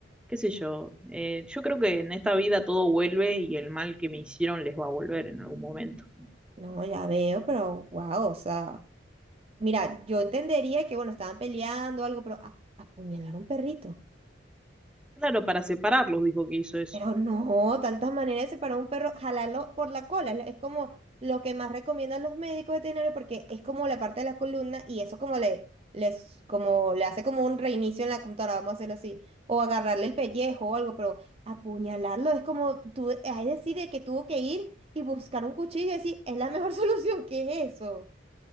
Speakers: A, in the centre; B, on the right (about 30°).
A: qué sé yo. Eh, yo creo que en esta vida todo vuelve y el mal que me hicieron les va a volver en algún momento.
B: No, ya veo, pero wow, o sea, mira, yo entendería que, bueno, estaban peleando o algo, pero a- apuñalar a un perrito.
A: Claro, para separarlos dijo que hizo eso.
B: Pero no, tantas maneras de separar un perro, jalarlo por la cola, es como lo que más recomiendan los médicos veterinarios porque es como la parte de la columna y eso como le, les, como le hace como un reinicio en la computadora, vamos a hacerlo así, o agarrarle el pellejo o algo, pero apuñalarlo es como tú, es decir, de que tuvo que ir y buscar un cuchillo y decir, es la mejor <laughs> solución que es eso.